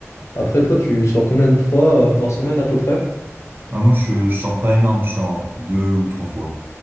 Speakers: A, on the left; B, on the right.
A: Après, toi, tu sors combien de fois euh, par semaine à peu près?
B: Alors moi, je, je sors pas énorme, je sors deux ou trois fois.